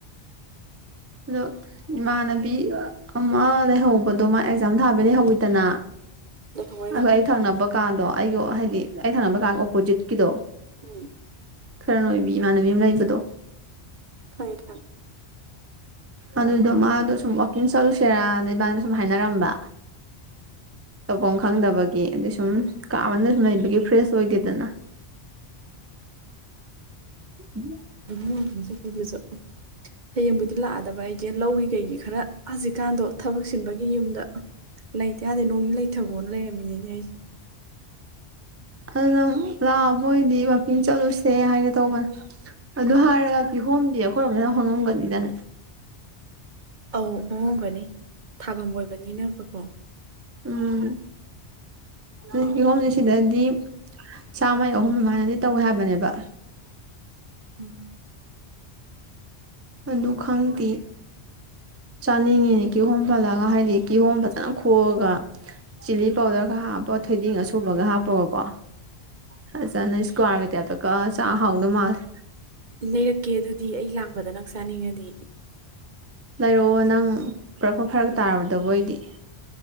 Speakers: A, on the right; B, on the right.
A: ꯑꯗꯣ ꯏꯃꯥꯟꯅꯕꯤ ꯑꯃ ꯂꯩꯍꯧꯕꯗꯣ ꯃꯥ ꯑꯦꯛꯖꯥꯝ ꯊꯥꯕ ꯂꯩꯍꯧꯋꯤꯗꯅ
B: ꯂꯩꯍꯧꯋꯦ ꯂꯩꯍꯧꯋꯦ
A: ꯑꯩ ꯊꯪꯅꯕ ꯀꯥꯗꯣ ꯑꯩꯒꯣ ꯍꯥꯏꯗꯤ ꯑꯩ ꯊꯪꯅꯕ ꯀꯥꯒꯤ ꯑꯣꯄꯣꯖꯤꯠꯀꯤꯗꯣ
B: ꯎꯝ
A: ꯈꯔꯅ ꯅꯣꯏꯕꯤ ꯏꯃꯥꯟꯅꯕꯤ ꯑꯃ ꯂꯩꯕꯗꯣ
B: ꯈꯪꯉꯦ ꯈꯪꯉꯦ
A: ꯑꯗꯨꯗꯣ ꯃꯥꯗꯣ ꯁꯨꯝ ꯋꯥꯛꯀꯤꯡ ꯆꯠꯂꯨꯁꯦꯔꯥꯅ ꯏꯕꯥꯟꯅꯤ ꯁꯨꯝ ꯍꯥꯏꯅꯔꯝꯕ ꯇꯧꯐꯝ ꯈꯪꯗꯕꯒꯤ ꯑꯗꯣ ꯁꯨꯝ ꯀꯥ ꯃꯅꯨꯡꯗ ꯁꯨꯝ ꯂꯩꯕꯒꯤ ꯐ꯭ꯔꯦꯁ ꯑꯣꯏꯗꯦꯗꯅ ꯎꯝ <inaudible>
B: ꯑꯝ ꯍꯌꯦꯡꯕꯨꯗꯤ ꯂꯥꯛꯑꯗꯕ ꯑꯩ ꯂꯧꯒꯤ ꯀꯩꯒꯤ ꯈꯔ ꯍꯧꯖꯤꯛꯀꯥꯟꯗꯣ ꯊꯕꯛ ꯆꯤꯟꯕꯒꯤ ꯌꯨꯝꯗ ꯂꯩꯇꯦ ꯌꯥꯗꯦ ꯅꯣꯡꯅꯤ ꯂꯩꯊꯒꯣꯅ ꯂꯩꯔꯝꯃꯤꯅꯦ ꯑꯩꯁꯦ
A: ꯑꯗꯨ ꯅꯪ ꯂꯥꯛꯕꯣꯏꯗꯤ ꯋꯥꯛꯀꯤꯡ ꯆꯠꯂꯨꯁꯦ ꯍꯥꯏꯒꯦ ꯇꯧꯕꯅꯦ ꯑꯗꯨ ꯍꯥꯏꯔꯒ ꯀꯤꯍꯣꯝꯗꯤ ꯑꯩꯈꯣꯏꯔꯣꯝꯗ ꯍꯣꯡꯉꯝꯒꯅꯤꯗꯅ
B: ꯑꯧ ꯍꯣꯡꯍꯝꯒꯅꯤ ꯊꯥꯐꯝ ꯑꯣꯏꯕꯅꯤꯅꯕꯀꯣ
A: ꯎꯝ ꯑꯗꯨ ꯀꯥꯍꯣꯝꯁꯦ ꯁꯤꯗꯗꯤ ꯆꯥꯝꯃꯩ ꯑꯍꯨꯝ ꯑꯗꯨꯃꯥꯏꯅꯗꯤ ꯇꯧꯋꯦ ꯍꯥꯏꯕꯅꯦꯕ
B: ꯎꯝ
A: ꯑꯗꯨ ꯈꯪꯗꯦ ꯆꯥꯅꯤꯡꯉꯤꯅꯦ ꯀꯤꯍꯣꯝ ꯄꯜꯂꯒ ꯍꯥꯏꯗꯤ ꯀꯤꯍꯣꯝ ꯐꯖꯅ ꯈꯣꯛꯑꯒ ꯆꯤꯂꯤ ꯄꯥꯎꯗꯔ ꯈꯔ ꯍꯥꯞꯄ ꯊꯣꯏꯗꯤꯡ ꯑꯁꯨꯕꯒ ꯍꯥꯞꯄꯒꯀꯣ ꯐꯖꯅ ꯏꯁꯀ꯭ꯋꯥꯔꯒꯤ ꯇꯥꯏꯞꯇ ꯀꯥꯛꯑꯒ ꯆꯥ ꯍꯥꯎꯗꯧ ꯃꯥꯜꯂꯦ
B: ꯂꯩꯔꯛꯀꯦ ꯑꯗꯨꯗꯤ ꯑꯩ ꯂꯥꯛꯄꯗ ꯅꯪ ꯆꯥꯅꯤꯡꯉꯗꯤ
A: ꯂꯩꯔꯛꯑꯣ ꯅꯪ ꯄꯨꯔꯛꯄ ꯐꯔꯛ ꯇꯥꯔꯣꯏꯗꯕ ꯑꯣꯏꯗꯤ